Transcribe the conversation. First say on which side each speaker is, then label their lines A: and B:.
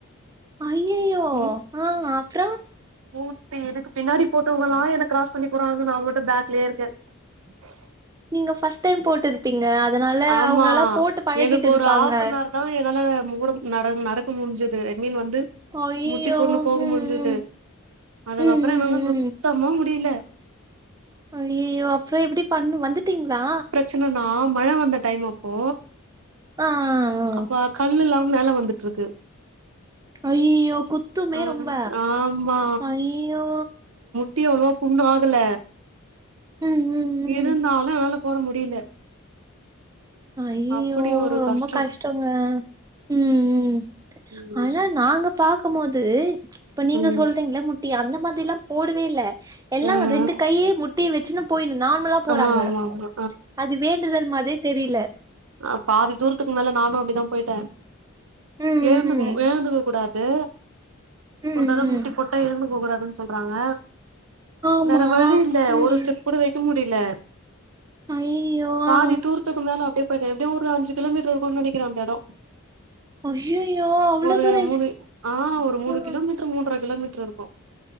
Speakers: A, on the right (about 15°); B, on the right (about 75°).
A: அய்யய்யோ
B: ம்
A: ஆ அப்றோ
B: போட்டு எனக்கு பின்னாடி போட்டவங்களா என்ன கிராஸ் பண்ணி போறாங்க நாமட்டு பேக்லயே இருக்கே ஹ <inaudible>
A: ங்க ஃபஸ்ட்டு டைம் போட்டு இருப்பீங்க அதனால
B: ஆமா
A: அவுங்க ல்லா போட்டு பழகிட்டு
B: எனக்கு
A: இருப்பாங்க
B: ஒரு ஹாஃப்னவர் தா என்னால மோடம் நட நடக்க முஞ்சுது ரெட் மில் வந்து
A: ஐயையோ
B: முட்டி போட்னு போக
A: ம்
B: முடிஞ்சுது
A: ம்
B: அதுகப்றோ
A: ம் ம்
B: இவுங்க சுத்தமா
A: ம்
B: முடில
A: அய்யய்யோ அப்ற எப்டி பண்ணு வந்துடீங்ளா
B: தென்னனா மழ வந்த டைம் அப்போ
A: ஆ ஆ ஆ
B: அப்பா கல்லுலா மேல வந்துட்ருக்கு
A: அய்யய்யோ குத்துமே
B: ஆ
A: ரொம்ப
B: ஆமா
A: அய்யய்யோ
B: ட்டி அவ்ளோவ புண்ணு ஆகல
A: ம் ம் ம்
B: இருந்தாலு எனால போட முடில
A: அய்யய்யோ
B: அப்படி ஒரு
A: ரொம்ப
B: கஷ்டோ
A: கஷ்டங்க ம் ம்
B: ம்
A: ஆனா நாங்கப் பாக்கு போது இப்ப நீங்க
B: ம்
A: சொல்றீங்ள முட்டி அந்த மாதிரில்லா போடவே இல்ல எல்லா
B: ம்
A: ரெண்டு கையே முட்டி வச்சுன்னு போயினு நார்மலா போறாங்க
B: ஆ ஆமா ஆமா
A: அது வேண்டுதல் மாரி தெரில
B: அ பாதி தூர் த்துக்கு மொதல்ல நானு அப்டிதா போய்ட்ட
A: ம்
B: எழுந்து
A: ம்
B: எழுந்துக கூடாது
A: ம்
B: ஒரு தடவ
A: ம்
B: முட்டி போட்டா எழுந்துக கூடாதுன் சொல்றாங்க
A: ஆமா
B: வேற வழி இல்ல
A: ம்
B: ஒரு ஸ்டெப் கூட வைக்க முடில
A: ஐயோ
B: பாதி
A: ஆ
B: தூர்த்துக்கு மேல அப்டியே போய்ட்ட எப்டியு ஒரு அஞ்சு கிலோமீட்டர் இருக்குன் நெனைக்கிற அந்த இட
A: ஐயோ அவ்வளோ
B: ஒரு
A: தூரம் எப்படி-
B: மூணு ஆ ஒரு மூணு
A: ஆ
B: கிலோமீட் ட்ரு மூன்ற கிலோமீட்டர் இருக்கு